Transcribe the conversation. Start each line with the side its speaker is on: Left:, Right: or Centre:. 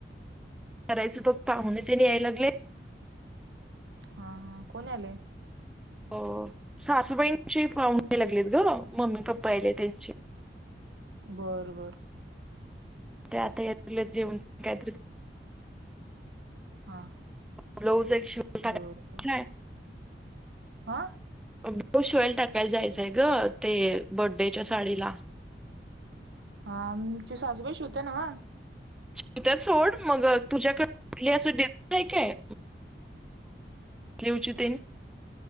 Centre: करायचं बघ पाहून तेन यायला लागले.
Right: हा. हा कोण यायले?
Centre: हो सासूबाईंची पाहुणे यालागलीत गं. मम्मी -पप्पा यायलीत त्यांची.
Right: बरं बरं.
Centre: ते आता या लागल्यात जेवण तेन काहीतर.
Right: हा.
Centre: ब्लाऊज एक शिवयला
Right: बर
Centre: टाकायचा
Right: बर
Centre: आहे.
Right: हा.
Centre: ब्लॉऊज एक शिवायला टाकायला जायचंय गं ते बडेच्या साडीला.
Right: हा, आमची सासूबाई शिवत्या नव्ह.
Centre: शिवत्यात सोड. मगं तुझ्याकडे कुठली असं डिझाइन आहे काय? स्लीवची तेन